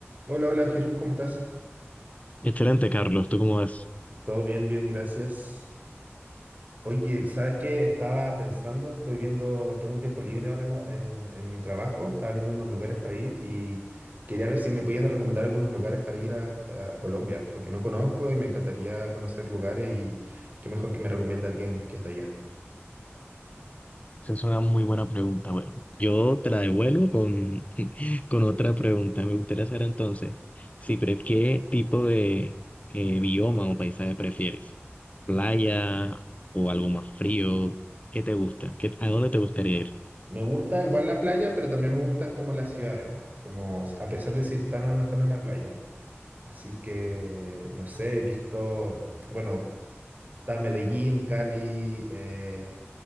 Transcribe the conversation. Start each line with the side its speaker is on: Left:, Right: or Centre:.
Right: Hola, hola Jesús, ¿cómo estás?
Left: Excelente, Carlos. ¿Tú cómo ves,
Right: Todo bien, bien, gracias. Oye, ¿sabes qué? Estaba pensando, estoy viendo, tengo un tiempo libre ahora en, la- eh, en mi trabajo, estaba viendo unos lugares para ir y quería ver si me podías recomendar algunos lugares para ir a, a Colombia, porque no conozco y me encantaría conocer lugares y qué mejor que me recomiende alguien que es de allá.
Left: Esa es una muy buena pregunta. Bueno, yo te la devuelvo con, <laughs> con otra pregunta. Me gustaría hacer entonces, si pre- ¿qué tipo de eh, bioma o paisaje prefieres? ¿Playa o algo más frío? ¿Qué te gusta? ¿Qué, a dónde te gustaría ir?
Right: Me gusta igual la playa, pero también me gustan como las ciudades, como s- a pesar de si están o no están en la playa. Así que, no sé, he visto, bueno. Está Medellín, Cali, eh,